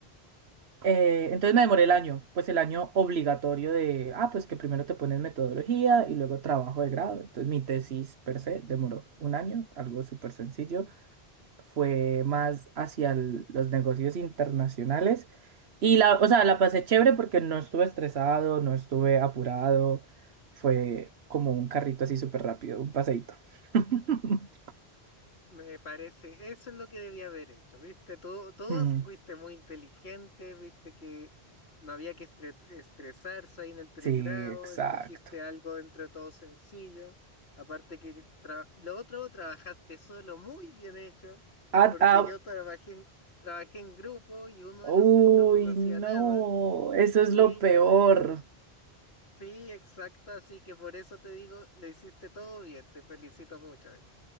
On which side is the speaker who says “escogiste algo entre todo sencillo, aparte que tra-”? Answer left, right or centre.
Left